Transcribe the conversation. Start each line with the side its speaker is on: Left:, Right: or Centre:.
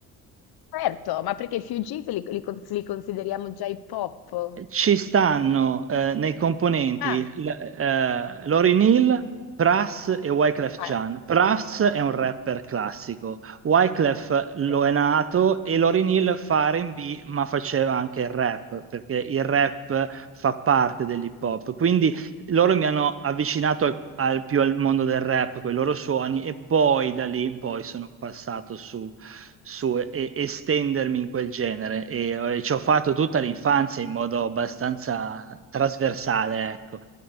Left: certo, ma perché i Fugees li, li cons- li consideriamo già hip hop?
Right: ci stanno eh, nei componenti
Left: Ah,
Right: l- eh, Lauryn Hill, Pras e Wyclef
Left: ah,
Right: Jean. Pras è un rapper classico, Wyclef lo
Left: sì.
Right: è nato e Lauryn Hill fa R&B ma faceva anche il rap, perché il rap fa parte dell'hip hop. Quindi loro mi hanno avvicinato al, al- più al mondo del rap con i loro suoni e poi da lì in poi sono passato su, su e- e- estendermi in quel genere e, e ci ho fatto tutta l'infanzia in modo abbastanza trasversale, ecco.